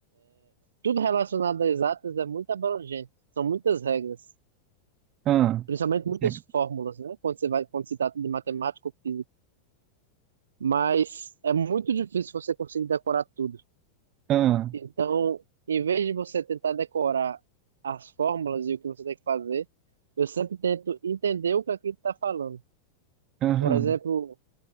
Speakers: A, on the right (about 65°); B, on the right (about 35°).
A: tudo relacionado a exatas é muito abrangente. São muitas regras,
B: Ah,
A: principalmente muitas
B: é,
A: fórmulas, né? Quando você vai, quando se trata de matemática ou física. Mas é muito difícil você conseguir decorar tudo.
B: ah,
A: Então, em vez de você tentar decorar as fórmulas e o que você tem que fazer, eu sempre tento entender o que aquilo está falando.
B: aham,
A: Por exemplo,